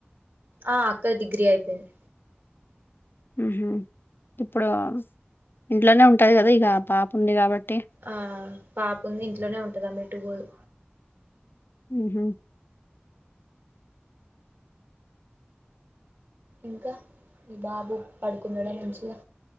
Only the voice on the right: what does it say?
ఆ అక్కది డిగ్రీ అయిపోయింది
ఆ పాప ఉంది ఇంట్లోనే ఉంటది ఆమె ఎటు పోదు
ఇంకా మీ బాబు పడుకున్నాడా మంచిగా